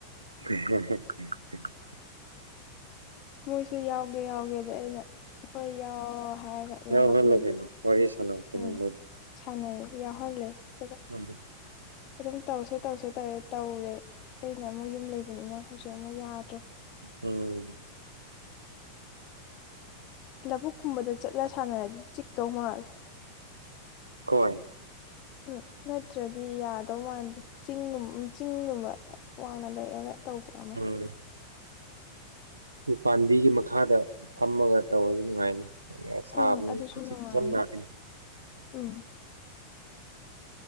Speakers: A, on the right; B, on the left.
A: <inaudible>
B: ꯃꯣꯏꯁꯨ ꯌꯥꯎꯒꯦ ꯌꯥꯎꯒꯦꯗ ꯑꯩꯅ ꯍꯣꯏ ꯌꯥꯎꯑꯣ ꯍꯥꯏꯔꯒ ꯌꯥꯎꯍꯟꯕꯅꯦ
A: ꯌꯥꯎꯍꯜꯂꯣ ꯀꯩꯅꯣ ꯋꯥꯔꯤ ꯁꯥꯟꯅꯧ ꯀꯩꯅꯣ
B: ꯎꯝ꯫
A: ꯃꯣꯏ
B: ꯁꯥꯟꯅꯩ ꯌꯥꯎꯍꯜꯂꯦ ꯑꯗꯨꯒ꯫
A: ꯎꯝ꯫
B: ꯑꯗꯨꯝ ꯇꯧꯁꯦ ꯇꯧꯁꯦ ꯇꯧꯋꯦ ꯇꯧꯔꯦ ꯑꯩꯅ ꯑꯃꯨꯛ ꯌꯨꯝ ꯂꯩꯕꯅꯤꯅ ꯍꯧꯖꯤꯛ ꯑꯃꯨꯛ ꯌꯥꯗ꯭ꯔꯦ꯫
A: ꯎꯝ꯫
B: ꯂꯧꯕꯨꯛ ꯀꯨꯝꯕꯗ ꯆꯠꯂ ꯁꯥꯟꯅꯔꯗꯤ ꯆꯤꯛꯇꯧ ꯃꯥꯜꯂꯦ꯫
A: ꯍꯣꯏ꯫
B: ꯎꯝ ꯅꯠꯇ꯭ꯔꯗꯤ ꯌꯥꯗꯧ ꯃꯥꯟꯗꯦ꯫ ꯆꯤꯡꯒꯨꯝ ꯆꯤꯡꯒꯨꯝꯕ ꯋꯥꯡꯅ ꯂꯩꯔꯒ ꯇꯧꯕ꯫ ꯑꯃ
A: ꯎꯝ ꯎ ꯄꯝꯕꯤꯒꯤ ꯃꯈꯥꯗ ꯐꯝꯃꯒ ꯇꯧꯔꯗꯤ ꯅꯨꯡꯉꯥꯏꯅꯤ꯫ ꯁꯔꯅꯝ
B: ꯎꯝ ꯑꯗꯨꯁꯨ ꯅꯨꯡꯉꯥꯏꯅꯤ
A: <unintelligible>
B: ꯎꯝ꯫